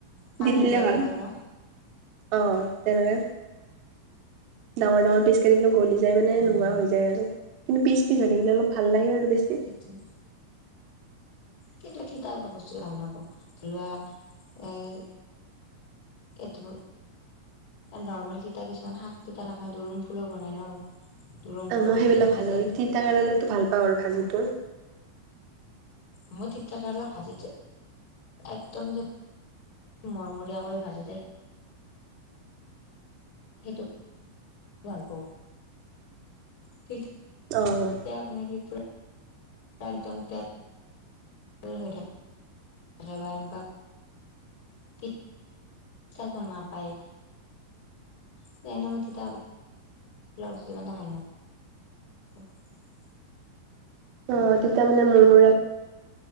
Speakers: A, on the left; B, on the right.
A: পানী
B: দি দিলে
A: দিয়া যায়
B: হল
A: ন
B: অ তেনেকে ডাঙৰ ডাঙৰ পিচ কাটিলো গলি যায় মানে
A: উম
B: নোহোৱা হৈ যায় আৰু কিন্তু পিছি পিছ হৈথাকিলে অলপ ভাল লাগে আৰু বেছি।
A: সেইটোয়ে কিন্তু তিতা হব বস্তু ভাল নাপাও লোৱা এই এথব নৰ্মেল তিতা কিছুমান শাক তিতা থাকা দুৰুন ফুলো বনাই ন দুৰুম ফুলৰ
B: অ মই
A: পাত
B: সেইবিলাক
A: সেইটো
B: ভাল
A: যে
B: নাপাও তিতাকেৰেলা ভাল পাওঁ আৰু ভাজিটো
A: মই তি্তাকেৰেলা ভাজিটো একদম যে মৰমৰীয়া কৰি ভাজি দে সেইটো ভাল পাওঁ তেতিয়া
B: অ'।
A: মানে কি পু একদম তে ভৈ থাক থাকে বা এনেকুৱা তিতা ভাল নাপায় <unintelligible> অ
B: অ তেতিয়া মানে মোৰ মূৰে